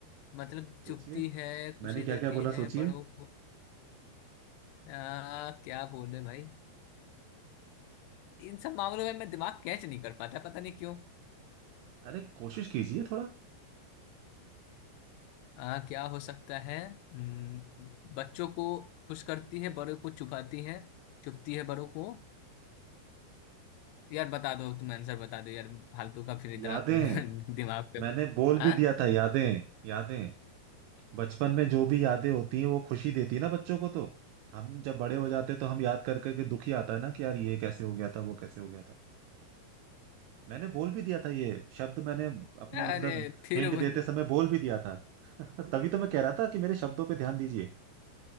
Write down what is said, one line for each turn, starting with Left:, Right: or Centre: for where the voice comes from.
Left: मतलब
Right: सोचिए
Left: चुपती है खुशी
Right: मैंने क्या
Left: देती
Right: क्या बोला
Left: है
Right: सोचिए
Left: बड़ों को आ, क्या बोले भाई इन सब मामलों में मैं दिमाग कैच नहीं कर पाता पता नहीं क्यों
Right: अरे कोशिश कीजिए थोड़ा
Left: आ, क्या हो सकता है हम्म, बच्चों को खुश करती है बड़ों को चुपाती है चुपती है बड़ों को यार बता दो तुम आंसर बता दो यार फालतू का फिर इतना
Right: यादें
Left: <laughs> दिमाग पे
Right: मैंने बोल भी
Left: हाँ
Right: दिया था यादें यादें बचपन में जो भी यादें होती हैं वो खुशी देती है ना बच्चों को तो हम जब बड़े हो जाते हैं तो हम याद कर करके दुखी आता है ना कि यार ये कैसे हो गया था वो कैसे हो गया था मैंने बोल भी दिया था ये शब्द मैंने अपने
Left: अरे
Right: मतलब
Left: फिर
Right: हिंट
Left: वो
Right: देते समय बोल भी दिया था <laughs> तभी तो मैं कह रहा था कि मेरे शब्दों पे ध्यान दीजिए